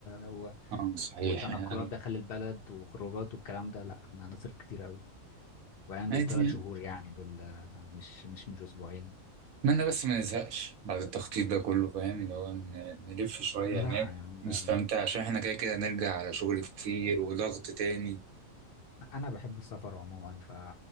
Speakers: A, on the left; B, on the right.
A: و...
B: اه صحيح
A: وتنقلات
B: يعني
A: داخل البلد وخروجات والكلام ده لا احنا هنصرف كتير قوي وبعدين دول
B: عادي
A: ثلاث
B: يعني.
A: شهور يعني دول آه، مش مش مش أسبوعين
B: أتمنى بس ما نزهقش بعد التخطيط ده كله فاهم اللي هو ن- نلف شوية
A: لا
B: هناك
A: يعني
B: نستمتع
A: ده
B: عشان احنا كده كده هنرجع على شغل كتير وضغط تاني
A: أنا بحب السفر عموما ف...